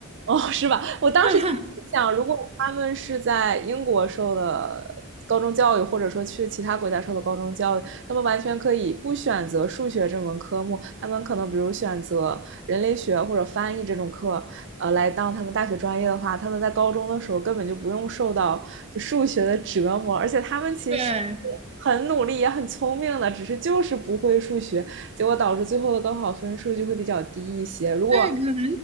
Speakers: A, on the right; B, on the right.
A: 哦，是吧？我当时
B: <laughs>
A: 想，如果他们是在英国受的高中教育，或者说去其他国家受的高中教育，他们完全可以不选择数学这门科目，他们可能比如选择人类学或者翻译这种课，呃，来当他们大学专业的话，他们在高中的时候根本就不用受到就数学的折磨，而且他们其实。
B: 对，
A: 很努力也很聪明的，只是就是不会数学，结果导致最后的高考分数就会比较低一些。如果
B: 对，可能